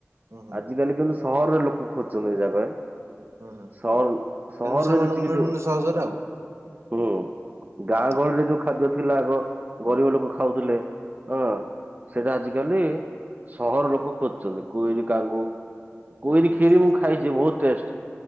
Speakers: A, on the right; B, on the right.
A: ହୁଁ ହୁଁ
B: ଆଜି କାଲି କିନ୍ତୁ ସହରେ ଲୋକ ଖୋଜୁଛନ୍ତି ଏଇ ଜାଗାଏ।
A: ହୁଁ ହୁଁ।
B: ସହଉ ସହରରେ
A: କିନ୍ତୁ ସେମାନଙ୍କୁ
B: ଯେତିିକି
A: ମିଳୁନି
B: ଯୋଉ।
A: ସହଜରେ ଆଉ
B: ହୁଁ ଗାଁ
A: ହୁଁ
B: ଗହଳିରେ ଯୋଉ ଖା। ଖାଦ୍ୟ ଥିଲା ଆଗ ଗରିବ ଲୋକ ଖାଉଥିଲେ ହଁ ସେଟା ଆଜିକାଲି। ସହର ଲୋକ ଖୋଜୁଛନ୍ତି। କୋଇରି କାଙ୍ଗୁ କୋଇରି
A: ହୁଁ
B: କ୍ଷିରି
A: ହୁଁ
B: ମୁଁ ଖାଇଛି ବହୁତ ଟେଷ୍ଟ